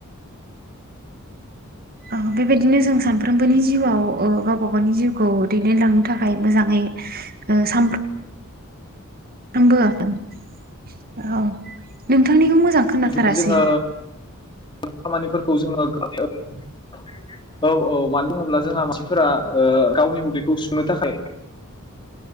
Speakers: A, on the right; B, on the left.
A: अ बेबायदिनो जों सानफ्रोमबोनि जिउआव ओ गावबा गावनि जिउखौ दैदेनलांनो थाखाय मोजाङै ओ सानफ्रो <unintelligible> औ नोंथांनिखौ मोजां
B: बेफोरबायदिनो
A: खोनाथारासै।
B: जोङो खामानिफोरखौ जोङो <unintelligible> औ औ मानो बुङोब्ला जोंहा मानसिफोरा ओ गावनि उदैखौ सुफुंनो थाखाय